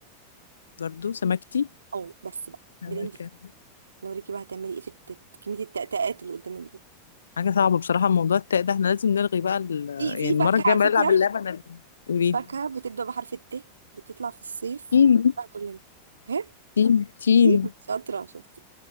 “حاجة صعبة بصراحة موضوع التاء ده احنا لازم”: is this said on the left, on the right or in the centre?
Left